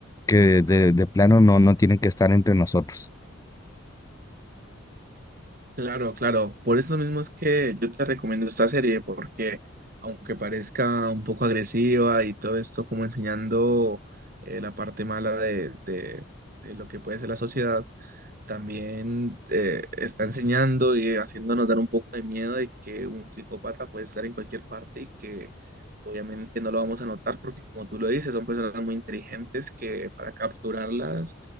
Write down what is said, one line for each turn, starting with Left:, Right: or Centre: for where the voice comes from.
Left: que de, de plano no, no tienen que estar entre nosotros.
Right: Claro, claro. Por eso mismo es que yo te recomiendo esta serie, porque aunque parezca un poco agresiva y todo esto como enseñando eh, la parte mala de, de de lo que puede ser la sociedad, también eh, está enseñando y haciéndonos dar un poco de miedo de que un psicópata puede estar en cualquier parte y que obviamente no lo vamos a notar porque como tú lo dices, son personas muy inteligentes que para capturarlas